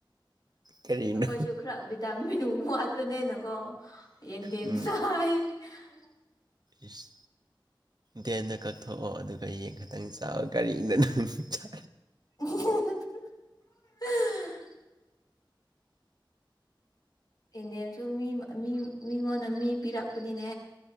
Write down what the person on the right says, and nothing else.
ꯀꯔꯤꯅꯣ
ꯎꯝ
ꯏꯁ ꯗꯦꯟꯗ ꯀꯛꯊꯣꯛꯑꯣ ꯑꯗꯨꯒ ꯌꯦꯟ ꯈꯛꯇꯪ ꯆꯑꯣ ꯒꯥꯔꯤꯅ ꯅꯨꯡ ꯆ